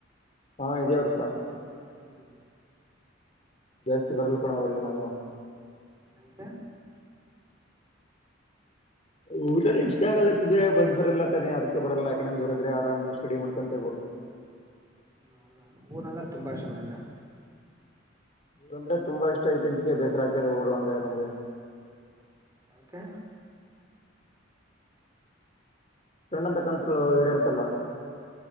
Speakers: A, on the left (about 35°); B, on the right (about 20°).
A: ಹಾ ಇದೇ ವರ್ಷ.
B: ಹ್ಮ್
A: ಜಾಸ್ತಿ ಬರಲ್ ಕಣೋ ಊರಿಗೆ ನಾನು.
B: ಯಕ
A: ಊರಲ್ಲಲ್ಲಿ ಇಷ್ಟ ಆಗಲ್ಲ ಸುಮ್ಯ ಬಸ್ ಬರಲ್ಲ ಅಂತಾನೇ ಅದಕ್ಕೆ ಬರಲ್ಲ ಯಕಡಡೆ ದೂರದ್ರೆ ಆರಾಮ್ ಸ್ಟಡಿ ಮಾಡ್ಕೊಂತ
B: ಹೌದಾ ಊರ್ ಅಂದ್ರೆ ತುಂಬಾ ಇಷ್ಟ ನಂಗೆ.
A: ಇಗಂದ್ರೆ ತುಂಬಾ ಇಷ್ಟ ಇ ತಿಂಚಿಕ ಬೇಸರ ಆಗ್ತ ಇದೆ ಊರು ಅಂದ್ರೆ ನಮ್ಗೆ.
B: ಯಾಕೆ.
A: ಸಣ್ಣ <unintelligible> ಕನ್ಸಗಳು ಈಡೇರುತ್ತಲ್ಲ.